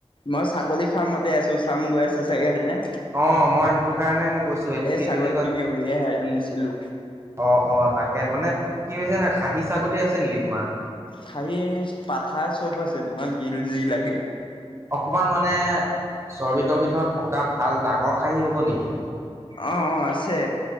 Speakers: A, on the left; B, on the right.
A: মই ছাগলী ফাৰ্মতে আছো চাউন গৈ আছে চাগে হয় নে।
B: অঁ', -সেইটো কাৰণে মই কৈছো এইটো কি
A: ছাগলী
B: বুলি কয়-
A: খিনি
B: অ',
A: উলিয়াই আনিছিলো।
B: -অ', -তাকে, মানে কি হৈছে না' খাহী ছাগলী আছে নেকি তোমাৰ?
A: খাহী পাঠা চব আছে, তোমাক কি জি লাগে।
B: অকণমান মানে চৰ্বি-তৰবি থকা ভাল ডাঙৰ খাহী হ'ব নেকি?
A: অঁ', -অ' আছে।